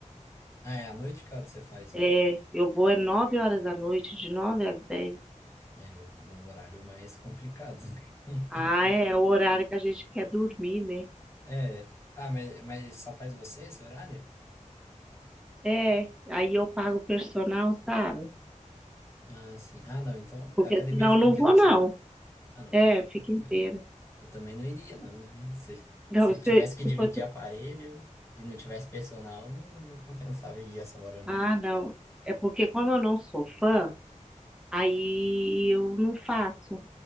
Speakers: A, on the left; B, in the centre.
A: Ah, é, à noite, cara, você faz.
B: É, eu vou é nove horas da noite, de nove às dez.
A: É o- um horário mais complicado. <laughs>
B: Ah, é o horário que a gente quer dormir, né?
A: É. Ah, mas, mas só faz você esse horário?
B: É, aí eu pago o personal, sabe?
A: Ah, sim. Ah, não. Então
B: Porque
A: a academia
B: senão
A: fica
B: eu não
A: inteira
B: vou,
A: pra
B: não.
A: você. Ah, não.
B: É,
A: É,
B: fica inteira.
A: é, eu também não iria, não, né? Se,
B: Não,
A: se
B: se,
A: tivesse que
B: se
A: dividir
B: fosse
A: aparelho e não tivesse personal, não, não compensava ir essa hora, não.
B: Ah, não. É porque como eu não sou fã, aí eu não faço.